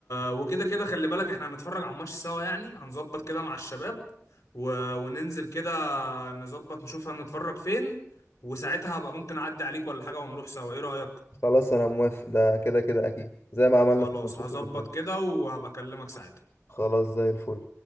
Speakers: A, on the left; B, on the left.
A: وكده كده خلي بالك احنا هنتفرج على الماتش سوا يعني هنظبط كده مع الشباب و... وننزل كده نظبط نشوف هنتفرج فين وساعتها هبقى ممكن اعدي عليك ولا حاجه ونروح سوا ايه رايك
B: خلاص انا موافق ده كده كده اكيد زي ما عملنا
A: خلاص
B: في الماتشات
A: هظبط
B: اللي فاتت
A: كده وهبقى اكلمك ساعتها
B: خلاص زي الفل